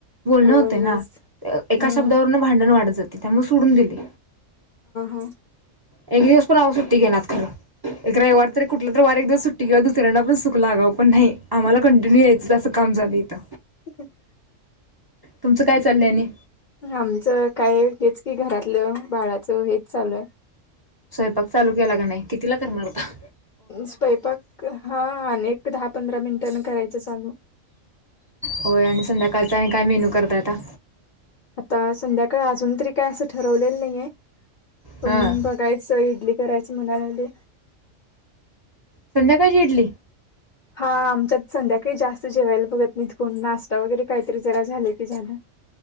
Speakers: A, on the right; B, on the left.
A: बोलणं
B: होय
A: होत
B: नाहीच
A: ना एका
B: हम्म
A: शब्दावरून भांडण वाढत जाते त्यामुळे सोडून दिले
B: ह
A: एक दिवस पण आव सुट्टी घेणार खर रविवार तरी कुठलं तर वार एक दिवस सुट्टीे दुसऱ्यांना पण सुख लागवं पण नाही आम्हाला कंटिन्यू यायचं असं काम झालं इथं
B: <inaudible>
A: तुमचं काय चाललंय आणि
B: आमचं काय हेच की घरातलं बाळाचं हेच चालू आहे
A: स्वयंपाक चालू केला का नाही कितीला करणार होता
B: स्वयंपाक हा अनेक दहा पंधरा मिनिट करायचं चालू
A: होय आणि संध्याकाळच आणि काय मेनू करत आता
B: आता संध्याकाळी अजून तरी काय असं ठरवलेलं नाही आहे पण
A: हा
B: बघायच इडली करायच म्हणालागली
A: संध्याकाळची इडली
B: हा आमच्यात संध्याकाळी जास्त जेवायला बघत मी तकून नाश्ता वगैरे काहीतरी जरा झालं की झालं